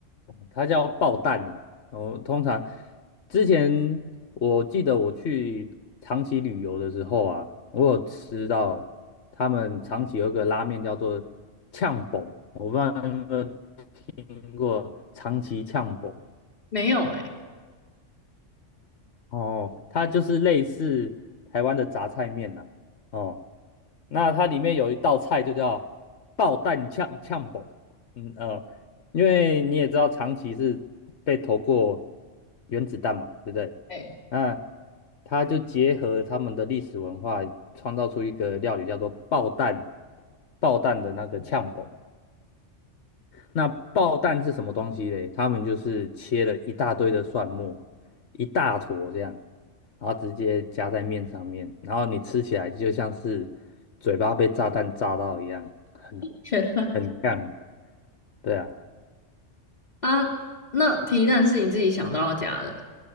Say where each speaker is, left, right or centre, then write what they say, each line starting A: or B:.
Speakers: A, on the left (about 65°); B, on the left (about 35°).
A: 它叫爆蛋呐。然后通常之前我记得我去长崎旅游的时候啊，我有吃到他们长崎有一个拉面叫做呛崩，我不知道你有没有听过长崎呛崩。
B: 没有诶，
A: 哦，它就是类似台湾的杂菜面呐、哦，那它里面有一道菜就叫爆蛋呛呛煲。嗯呃，因为你也知道长崎是被投过原子弹嘛，对不对？
B: <laughs> 诶、
A: 那他就结合他们的历史文化，创造出一个料理叫做爆蛋爆蛋的那个呛煲。那爆蛋是什么东西嘞？他们就是切了一大堆的蒜末，一大坨这样，然后直接夹在面上面，然后你吃起来就像是嘴巴被炸弹炸到一样，很
B: 原来
A: 很呛。对啊，
B: <laughs> 啊，那皮蛋是你自己想到要加的？